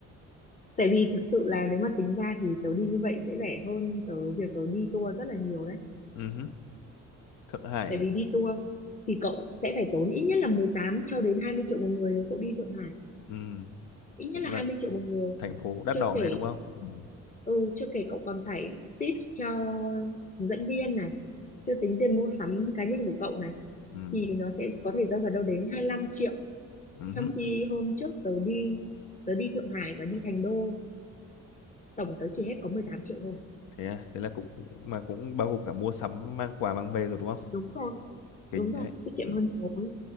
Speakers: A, on the left; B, on the left.
A: tại vì thực sự là nếu mà tính ra thì tớ đi như vậy sẽ rẻ hơn tớ việc tớ đi tour rất là nhiều đấy
B: ừ, hứ. Thượng Hải
A: tại vì đi tour thì cậu sẽ phải tốn ít nhất là 18 cho đến 20 triệu một người nếu cậu đi Thượng Hải
B: ừ,
A: ít nhất
B: cũng
A: là
B: là
A: hai mươi triệu một người
B: thành phố đắt
A: chưa
B: đỏ
A: kể
B: ấy đúng không? Ừ,
A: Ừ, chưa kể cậu còn phải tips cho hướng dẫn viên này, chưa tính tiền mua sắm cá nhân của cậu này,
B: ừ,
A: thì nó sẽ có thể rơi vào đâu đến hai lăm triệu.
B: ừ,
A: Trong
B: hứ.
A: khi hôm trước tớ đi, tớ đi Thượng Hải và đi Thành Đô, tổng tớ chỉ hết có 18 triệu thôi.
B: Thế à, thế là cũng mà cũng bao gồm cả mua sắm mang quà mang về rồi đúng không?
A: Đúng rồi,
B: Kinh
A: đúng rồi,
B: đấy.
A: tiết kiệm
B: Ừ,
A: hơn nhiều ấy.